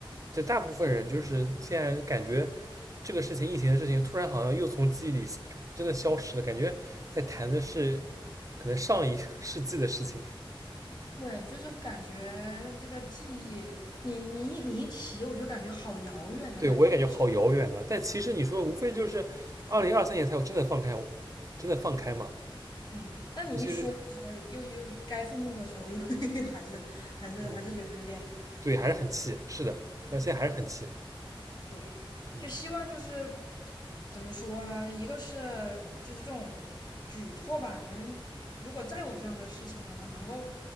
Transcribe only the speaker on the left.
对，就是感觉这个记忆，你你一你一提，我就感觉好遥远的感觉。
嗯，但你一说，
就是又又该愤怒的时候，又 <laughs> 还是还是还是觉得有点，
嗯，
对，
就希望就是怎么说呢？一个是就是这种举措吧，能如果再有这样的事情的话，能够